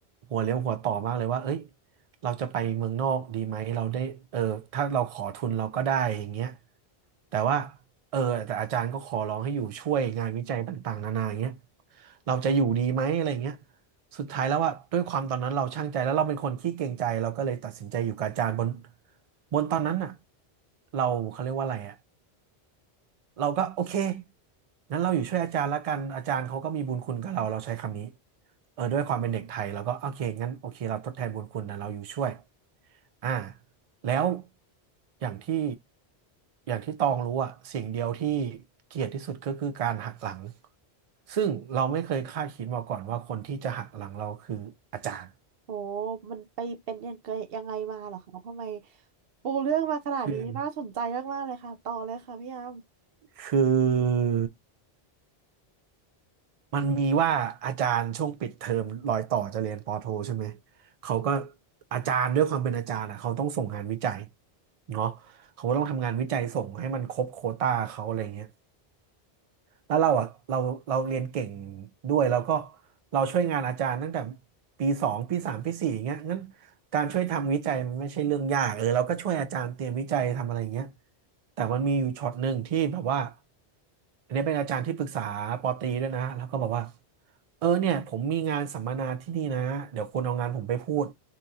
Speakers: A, on the right; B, on the right.
A: หัวเลี้ยวหัวต่อมากเลยว่าเอ้ยเราจะไปเมืองนอกดีไหมเราได้เออถ้าเราขอทุนเราก็ได้อย่างเงี้ยแต่ว่าเออแต่อาจารย์ก็ขอร้องให้อยู่ช่วยงานวิจัยต่างๆนานาอย่างเงี้ยเราจะอยู่ดีไหมอะไรอย่างเงี้ยสุดท้ายแล้วว่าด้วยความตอนนั้นเราช่างใจแล้วเราเป็นคนขี้เกรงใจเราก็เลยตัดสินใจอยู่กับอาจารย์บนบนตอนนั้นน่ะเราเขาเรียกว่าอะไรอ่ะ เราก็โอเคงั้นเราอยู่ช่วยอาจารย์ละกันอาจารย์เขาก็มีบุญคุณกับเราเราใช้คำนี้เออด้วยความเป็นเด็กไทยเราก็โอเคงั้นโอเคเราทดแทนบุญคุณนะเราอยู่ช่วยอ่าแล้วอย่างที่อย่างที่ตองรู้อะสิ่งเดียวที่เกลียดที่สุดก็คือการหักหลัง ซึ่งเราไม่เคยคาดคิดมาก่อนว่าคนที่จะหักหลังเราคืออาจารย์
B: โอ้มันไปเป็นยังไงยังไงมาเหรอคะทำไมปูเรื่องมาขนาดนี้น่าสนใจมากๆเลยค่ะต่อเลยค่ะพี่ยาม
A: คือคือ มันมีว่าอาจารย์ช่วงปิดเทอมรอยต่อจะเรียนปอโทใช่ไหม เขาก็อาจารย์ด้วยความเป็นอาจารย์อ่ะเขาต้องส่งงานวิจัยเนาะเขาก็ต้องทำงานวิจัยส่งให้มันครบโควต้าเขาอะไรเงี้ย แล้วเราอ่ะเราเราเรียนเก่งด้วยแล้วก็เราช่วยงานอาจารย์ตั้งแต่ปีสองปีสามปีสี่อย่างเงี้ยงั้นการช่วยทำวิจัยมันไม่ใช่เรื่องยากเออเราก็ช่วยอาจารย์เตรียมวิจัยทำอะไรอย่างเงี้ยแต่มันมีอยู่ช็อตหนึ่งที่แบบว่าอันนี้เป็นอาจารย์ที่ปรึกษาปอตรีด้วยนะแล้วก็บอกว่าเออเนี่ยผมมีงานสัมมนาที่นี่นะเดี๋ยวคุณเอางานผมไปพูด